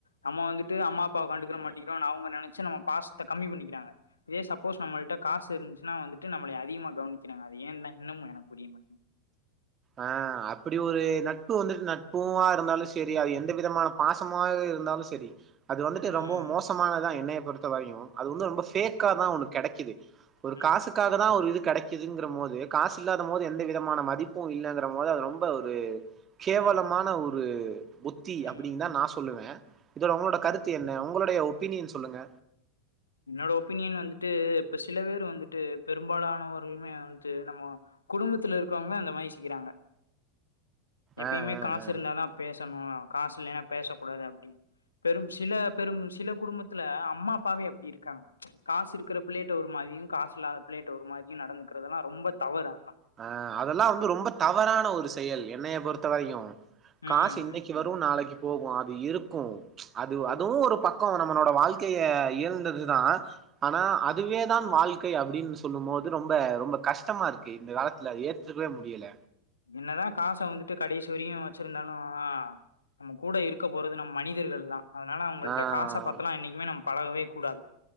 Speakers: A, on the left; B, on the right.
A: நம்ம வந்துட்டு அம்மா அப்பாவ கண்டுக்கற மாட்டிங்கிறோனு அவங்க நெனச்சு நம்ம பாசத்த கம்மி பண்ணிக்கிறாங்க இதே சப்போஸ் நம்மள்ட காஸ் இருஞ்சு வந்துட்டு நம்மளைய அதிகமா கவனிக்கிறாங்க அது ஏந்தா இன்னமு எனக்கு புரிய மாட்டிங்குது
B: அ அப்டி ஒரு நட்பு வந்துட்டு நட் பூவா இருந்தாலு சேரி அது எந்த விதமான பாசமா இருந்தாலு சேரி அது வந்துட்டு
A: ம்
B: ரொம்பவு மோசமானதா என்னயே பொருத்த வரையு அது வந்து ரொம்ப ஃபேக்காதா ஒன்னு கெடைக்குது ஒரு
A: ம்
B: காசுக்காகதா ஒரு இது கெடைக்குதுங்குறம் போது து காசு இல்லாத போது எந்த விதமான மதிப் பு இல்லங்கறம் போது அது ரொம்ப ஒரு கேவலமான
A: ம்
B: ஒரு புத்தி
A: ம்
B: அப்டின்தா நா சொல்லுவ இதோட உங்களோட
A: ம்
B: கருத்து என்ன உங்களுடைய ஒப் ஒப்பினியன் சொல்லுங்க
A: என்னோட ஒப்பீனியன் வந்துட்டு இப்ப சில பேர் வந்துட்டு பெரும்பாலானவர்களுமே வந்துட்டு நம்ம குடும்பத்துல இருக்கவங்கமே அந்த மாரி செய்யிறாங்க எப்பயுமே
B: ஆ ஆ
A: காசு
B: ஆ
A: இருந்தாதா பேசனு காசு இல்லைனா பேசக்கூடாது அப்டின் பெரும் சில பெரும் சில குடும்பத்துல அம்மா அப்பாவே ப்டி இருக்காங்க காசு இருக்குற பிள்ளேட்ட ஒரு மாரியு காசு இல்லாத பிள்ளேட்ட ஒரு மாரியு நடந்துக்குறதெல்லா ரொம்ப தவறு ஆ
B: அ அதல்லா வந்து ரொம்ப தவறான ஒரு செயல் என்னைய பொறு த்த வரையு
A: ம் ம்
B: காசு இன்னைக்கி வரு நாளக்கி போகு அது இருக்கு அது
A: ம்
B: அதுவு ஒரு பக்கொ வ நம்மளோட வாழ்க்கைய இயன்றதுதா ஆனா
A: ம்
B: அதுவே தான் வாழ் க்கை அப்டின்னு சொல்லும்போது ரொம்ப ரொம்ப கஷ்டமா இருக் கு இந்தக் காலத்துல
A: ம்
B: ஏத்துக்கவே முடியல
A: என்னதா காச வந்துட்டு கடைசி வரையு வச்சுருந்தாலு நம்ம கூட இருக்க போறது நம்ம மனிதர்கள் தா அதுனால அவங்கள்ட
B: ஆ
A: காச பாத்தலா என்னைக்கிமே நம் பழகவே கூடாது